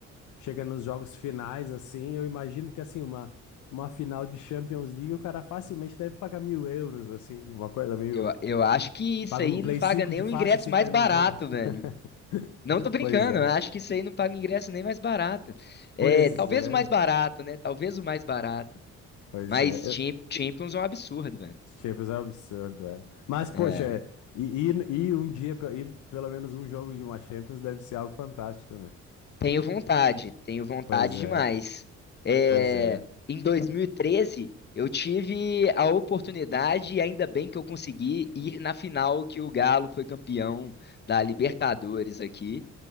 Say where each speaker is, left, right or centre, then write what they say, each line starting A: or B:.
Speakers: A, on the left (about 75°); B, on the left (about 35°).
A: chega nos jogos finais assim, eu imagino que assim, uma, uma final de Champions League o cara facilmente deve pagar mil euros, assim, uma coisa meio,
B: Eu, eu acho que isso
A: paga
B: aí
A: um Play
B: não paga
A: 5
B: nem
A: de
B: o
A: fácil
B: ingresso
A: assim
B: mais
A: pra ir
B: barato,
A: num jogo. <laughs>
B: velho. Não tô brincando,
A: Pois é,
B: eu acho que isso aí não paga ingresso nem mais barato. É,
A: pois
B: talvez
A: é,
B: o mais barato, né? Talvez o mais barato.
A: pois
B: Mas
A: é.
B: Cham- Champions é um absurdo, velho.
A: Os Champions é um absurdo, é. Mas, poxa,
B: É.
A: é, e, e, e um dia, pe- e pelo menos um jogo de uma Champions deve ser algo fantástico, né?
B: Tenho vontade, tenho vontade
A: Pois é,
B: demais. É,
A: pois é.
B: em 2013, eu tive a oportunidade, e ainda bem que eu consegui ir na final que o Galo foi campeão da Libertadores aqui.